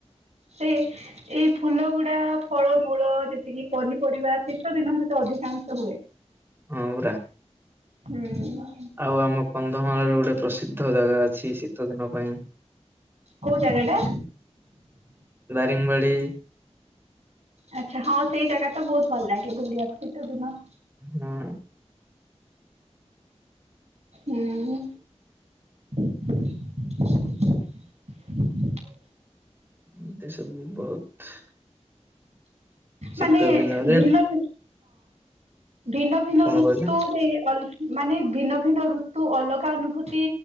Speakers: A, on the right; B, on the right.
A: ସେ ଏଇ ଫୁଲ ଗୁଡା ଫଳମୂଳ ଯେତିକି ପନିପରିବା ଶୀତ ଦିନରେ ତ ଅଧିକାଂଶ ହୁଏ।
B: ହଁ ପରା।
A: ହୁଁ।
B: ଆଉ ଆମ କନ୍ଧମାଳରେ ଗୋଟେ ପ୍ରସିଦ୍ଧ ଜାଗା ଅଛି ଶୀତଦିନ ପାଇଁ।
A: କୋଉ ଜାଗାଟା?
B: ଦାରିଙ୍ଗବାଡ଼ି।
A: ଆଚ୍ଛା ହଁ ସେଇ ଜାଗା ତ ବହୁତ ଭଲ ଲାଗେ ବୁଲିବାକୁ ଶୀତ ଦିନ।
B: ହଁ
A: ହୁଁ। ଆ
B: ଏତେ ସବୁ ବହୁତ। ଶୀତ
A: ମାନେ
B: ଦିନରେ
A: ଭିନ୍ନ ହଁ। ଭିନ୍ନ ଭିନ୍ନ
B: କଣ
A: ଋତୁରେ
B: କହିଲେ
A: ଅ ମାନେ ଭିନ୍ନ ଭିନ୍ନ ଋତୁ ଅଲଗା ଅନୁଭୂତି